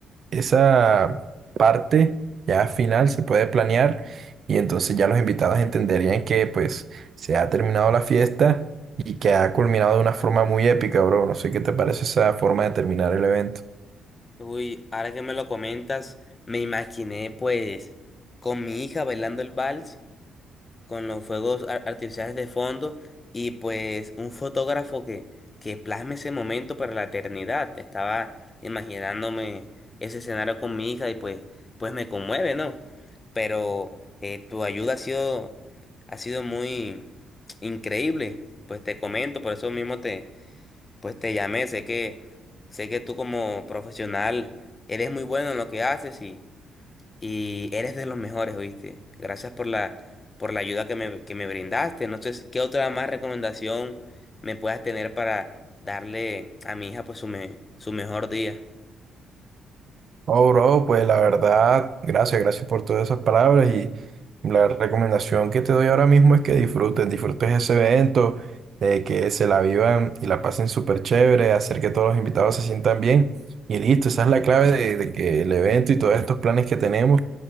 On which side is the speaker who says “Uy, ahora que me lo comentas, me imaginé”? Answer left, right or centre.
Left